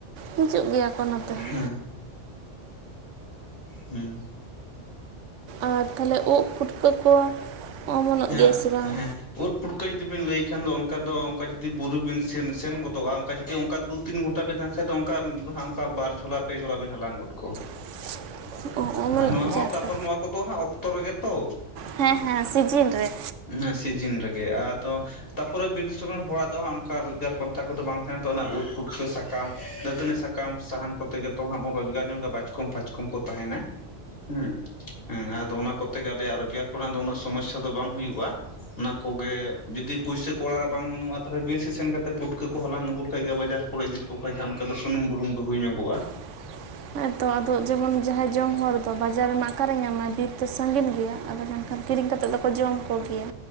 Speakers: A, on the right; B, on the left.
A: ᱦᱤᱡᱩᱜ ᱜᱮᱭᱟ ᱠᱚ ᱱᱚᱛᱮ ᱦᱚᱸ᱾
B: ᱦᱮᱸ ᱦᱩᱸ
A: ᱟᱨ ᱛᱟᱦᱞᱮ ᱩᱫ ᱯᱷᱩᱴᱠᱟᱹ ᱠᱚ, ᱚᱢᱚᱱᱚᱜ
B: ᱦᱮᱸ
A: ᱜᱮᱭᱟ ᱥᱮ ᱵᱟᱝ
B: ᱦᱮᱸ᱾ ᱩᱫ ᱯᱩᱴᱠᱟᱹ ᱡᱩᱫᱤᱵᱤᱱ ᱞᱟᱹᱭ ᱠᱷᱟᱱ ᱫᱚ ᱚᱱᱠᱟ ᱫᱚ ᱚᱱᱠᱟ ᱡᱩᱫᱤ ᱵᱩᱨᱩ ᱵᱤᱱ ᱥᱮᱱ ᱥᱮᱱ ᱜᱚᱫᱚᱜᱼᱟ ᱚᱱᱠᱟ ᱡᱩᱫᱤ, ᱚᱱᱠᱟ ᱫᱩ ᱛᱤᱱ ᱜᱷᱚᱱᱴᱟ ᱵᱮᱱ ᱛᱟᱦᱮᱸᱱ ᱠᱷᱟᱱ ᱫᱚ ᱚᱱᱠᱟ ᱫᱚ ᱦᱟᱸᱜ ᱠᱟ ᱵᱟᱨ ᱡᱷᱚᱞᱟ ᱯᱮ ᱡᱷᱚᱞᱟ ᱵᱮᱱ ᱦᱟᱞᱟᱝ ᱜᱚᱫ ᱠᱚᱣᱟ᱾
A: <inaudible> ᱚᱢᱚᱱᱚᱜ
B: ᱟᱨ ᱱᱚᱣᱟ ᱦᱚᱸ
A: ᱜᱮᱭᱟ
B: ᱛᱟᱨᱯᱚᱨᱮ
A: ᱠᱚ
B: ᱱᱚᱣᱟ ᱠᱚᱫᱚ ᱦᱟᱸᱜ ᱚᱠᱛᱚ ᱨᱮᱜᱮ ᱛᱚ,
A: ᱦᱮᱸ ᱦᱮᱸ ᱥᱤᱡᱤᱱ ᱨᱮ᱾
B: ᱦᱮᱸ ᱥᱤᱡᱮᱱ ᱨᱮᱜᱮ ᱟᱫᱚ, ᱛᱟᱨᱯᱚᱨᱮ ᱵᱤᱨ ᱫᱤᱥᱚᱢ ᱨᱮᱱ ᱦᱚᱲᱟᱜ ᱫᱚ ᱦᱟᱸᱜ ᱚᱱᱠᱟ ᱨᱳᱡᱽᱜᱟᱨ ᱯᱚᱱᱛᱷᱟ ᱠᱚᱫᱚ ᱵᱟᱝ ᱛᱟᱦᱮᱸᱱᱟ ᱛᱚ ᱚᱱᱟ ᱩᱫ ᱯᱩᱴᱠᱟᱹ ᱥᱟᱠᱟᱢ ᱫᱟᱹᱛᱟᱹᱱᱤ ᱥᱟᱠ, ᱠᱟᱢ ᱥᱟᱦᱟᱱ ᱠᱚᱛᱮ ᱜᱮ ᱛᱚ ᱦᱟᱸᱜ ᱵᱚᱱ ᱨᱚᱡᱽᱜᱟᱨ ᱧᱚᱜᱟ ᱵᱟᱪᱠᱚᱢ ᱯᱷᱟᱪᱠᱚᱢ ᱠᱚ ᱛᱟᱦᱮᱸᱱᱟ᱾ ᱦᱮᱸ ᱦᱮᱸ ᱟᱫᱚ ᱚᱱᱟ ᱠᱚᱛᱮ ᱜᱮ ᱟᱞᱮᱭᱟᱜ ᱨᱳᱡᱽᱜᱟᱨ ᱠᱚᱨᱮᱱᱟᱜ ᱫᱚ ᱩᱱᱟᱹᱜ ᱥᱚᱢᱚᱭᱥᱟ ᱫᱚ ᱵᱟᱝ ᱦᱩᱭᱩᱜᱼᱟ᱾ ᱚᱱᱟ ᱠᱚᱜᱮ ᱡᱩᱫᱤ ᱯᱩᱭᱥᱟᱹ ᱠᱚ ᱚᱲᱟᱜ ᱨᱮ ᱵᱟᱝ ᱵᱟᱱᱚᱜᱼᱟ ᱛᱟᱦᱚᱞᱮ ᱵᱤᱨ ᱥᱮᱫ ᱥᱮᱱ ᱠᱟᱛᱮ ᱯᱩᱴᱠᱟᱹ ᱠᱚ ᱦᱟᱞᱟᱝ ᱟᱹᱜᱩ ᱠᱟᱜ ᱜᱮ ᱵᱟᱡᱟᱨ, ᱠᱚᱨᱮ ᱤᱫᱤ ᱞᱮᱠᱚ ᱠᱷᱟᱭ ᱦᱟᱸᱜ ᱚᱱᱠᱟ ᱫᱚ ᱥᱩᱱᱩᱢ ᱵᱩᱞᱩᱝ ᱫᱚ ᱦᱩᱭ ᱧᱚᱜᱚᱜᱼᱟ᱾
A: <inaudible> ᱦᱮᱸ ᱛᱚ ᱟᱫᱚ ᱡᱮᱢᱚᱱ ᱡᱟᱦᱟᱸᱭ ᱡᱚᱢ ᱦᱚᱲ ᱫᱚ ᱵᱟᱡᱟᱨ ᱨᱮᱢᱟ ᱚᱠᱟᱨᱮ ᱧᱟᱢᱟ ᱵᱤᱨ ᱛᱮ ᱥᱟᱺᱜᱤᱧ ᱜᱮᱭᱟ ᱟᱫᱚ ᱮᱱᱠᱷᱟᱱ ᱠᱤᱨᱤᱧ ᱠᱟᱛᱮᱫ ᱫᱚ, ᱠᱚ ᱡᱚᱢ ᱠᱚᱜᱮᱭᱟ᱾